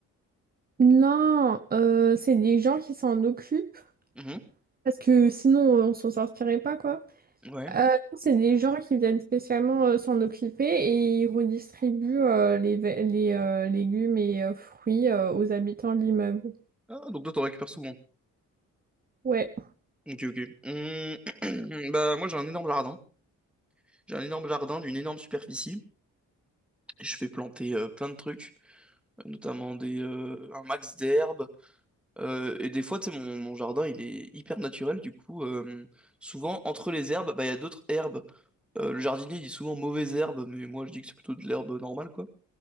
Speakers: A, on the right; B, in the centre.
A: Non, euh, c'est des gens qui s'en occupent,
B: Mhm.
A: parce que sinon euh, on s'en sortirait pas, quoi.
B: Ouais.
A: Euh, non, c'est des gens qui viennent spécialement euh, s'en occuper et ils redistribuent euh, les, ve- les euh, légumes et euh, fruits euh, aux habitants de l'immeuble.
B: Ah, donc toi, t'en récupères souvent.
A: Ouais.
B: Ok, ok. Hmm, <clears throat> Bah, moi, j'ai un énorme jardin. J'ai un énorme jardin d'une énorme superficie. Je fais planter euh, plein de trucs. notamment des, euh, un max d'herbes. Euh, et des fois, tu sais, mon, mon jardin, il est hyper naturel. Du coup, euh, souvent, entre les herbes, bah, il y a d'autres herbes. Euh, le jardinier il dit souvent mauvaise herbe, mais moi, je dis que c'est plutôt de l'herbe normale, quoi.